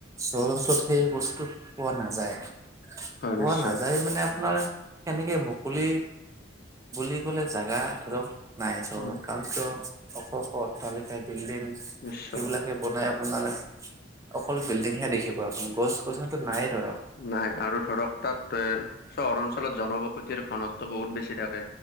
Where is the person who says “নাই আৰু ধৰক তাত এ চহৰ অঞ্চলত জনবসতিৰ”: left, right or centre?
Left